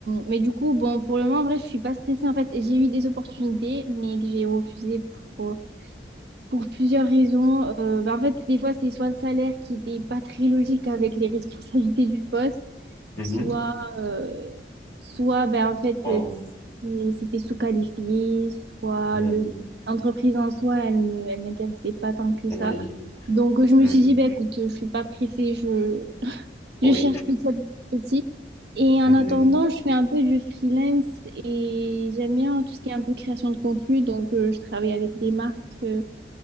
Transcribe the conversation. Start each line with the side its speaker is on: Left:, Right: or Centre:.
Right: mais du coup, bon, pour le moment, en vrai, je suis pas stressée en fait. J'ai eu des opportunités, mais que j'ai refusées pour, euh, pour plusieurs raisons. Euh, ben, en fait, des fois, c'est soit le salaire qui n'était pas très logique avec les responsabilités du poste,
Left: Mhm.
Right: soit, euh, soit ben, en fait,
Left: Oh.
Right: euh, c'est- c'était sous-qualifié, soit
Left: Mhm.
Right: le- l'entreprise en soi, elle me, elle m'intéressait pas tant que
Left: Oui.
Right: ça. Donc, euh, je
Left: Mhm.
Right: me suis dit, ben, écoute, je suis pas pressée, je, <laughs>
Left: Oui.
Right: je cherche petit à petit. Et en
Left: Mhm.
Right: attendant, je fais un peu du freelance et j'aime bien tout ce qui est un peu création de contenu. Donc, euh, je travaille avec des marques. euh,